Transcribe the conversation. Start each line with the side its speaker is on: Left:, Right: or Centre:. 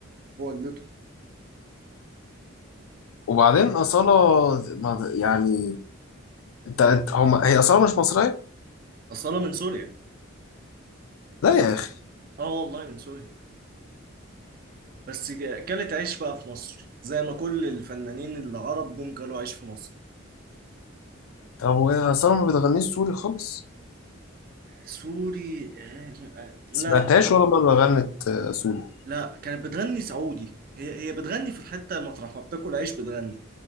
Right: هو اللي
Left: وبعدين أصالة ما- يعني انت انت- هم هي أصالة مش مصرية؟
Right: أصالة من سوريا
Left: لا يا أخي
Right: اه والله من سوريا بس جا- كلت عيش بقى في مصر زي ما كل الفنانين العرب جم كلوا عيش في مصر
Left: طب وهي أصالة ما بتغنيش سوري خالص
Right: سوري آه، آه،
Left: سمعتهاش
Right: لا
Left: ولا مرة غنت آه، سوري
Right: لا كانت بتغني سعودي هي هي بتغني في الحتة مطرح ما بتاكل عيش بتغني